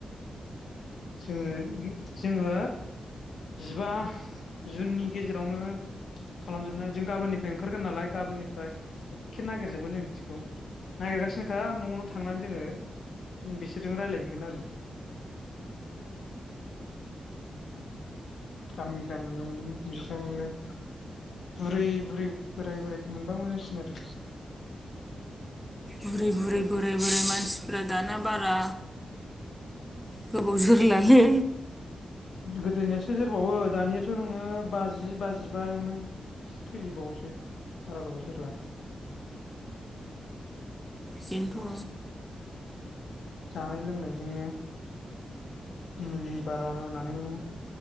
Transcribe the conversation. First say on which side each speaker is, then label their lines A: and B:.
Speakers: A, on the left; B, in the centre.
A: जोङो जोङो जिबा जुननि गेजेरावनो खालामजोबना जों गाबोननिफ्राय ओंखारगोन नालाय गाबोननिफ्राय एकखे नागिरजोबगोन न बिदिखौ नागिरगासिनो <unintelligible> न'आवनो थांनानै जोङो बिसोरजों रायलायहैगोन आरो। गामि गामि <unintelligible> बुरै बुरै बोराय बोराय मोनबा मोजांसिन आरो।
B: बुरै बुरै बोराय बोराय मानसिफ्रा दाना बारा गोबाव जोरलालै।
A: गोदोनियासो जोरबावो दानियाथ' नोङो बाजि बाजिबायावनो थैजोबबावोसो बारा गोबाव जोरला।
B: खिन्थु
A: जानाय लोंनायजोंनो मुलि बारा होनानैनो